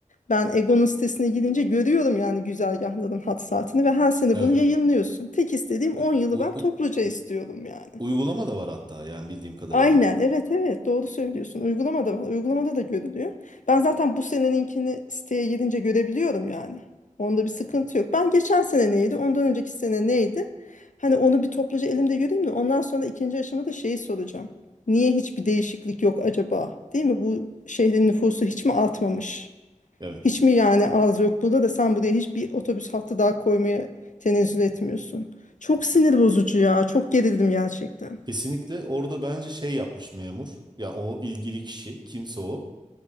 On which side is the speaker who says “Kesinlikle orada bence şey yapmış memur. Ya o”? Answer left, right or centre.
Right